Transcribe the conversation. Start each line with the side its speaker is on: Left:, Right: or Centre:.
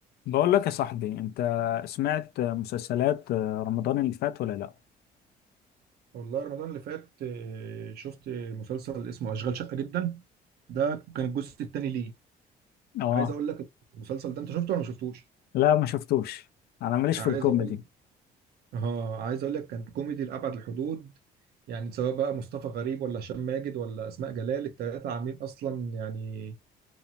Left: بقول لك يا صاحبي انت سمعت مسلسلات رمضان اللي فات ولا لا
Right: والله رمضان اللي فات آه، شفت مسلسل اسمه أشغال شقة جدا ده كان الجزء الثاني ليه
Left: اه
Right: عايز اقول لك المسلسل ده انت شفته ولا ما شفتوش
Left: لا ما شفتوش انا ماليش
Right: عايز
Left: في الكوميدي
Right: اقول اه عايز اقول لك كان كوميدي لأبعد الحدود يعني سواء بقى مصطفى غريب ولا هشام ماجد ولا أسماء جلال التلاتة عاملين اصلا يعني